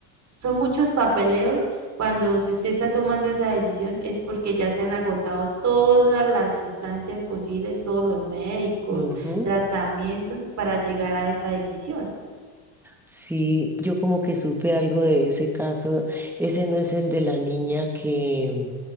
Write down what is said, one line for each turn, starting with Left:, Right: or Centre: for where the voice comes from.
Right: son muchos papeleos cuando si usted está tomando esa decisión es porque ya se han agotado todas las instancias posibles, todos los médicos,
Centre: ujú.
Right: tratamientos para llegar a esa decisión.
Centre: Sí, yo como que supe algo de ese caso. Ese no es el de la niña que